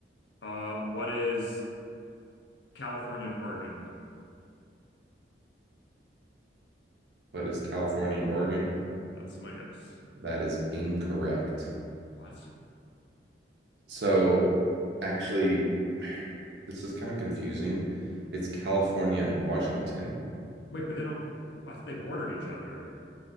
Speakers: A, on the left (about 75°); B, on the right (about 75°).
A: Uh, what is California and Oregon.
B: What is California and Oregon?
A: That's my guess.
B: That is incorrect.
A: What?
B: So actually, <sighs> this is kind of confusing. It's California and Washington.
A: Wait, but they don't. I thought they bordered each other.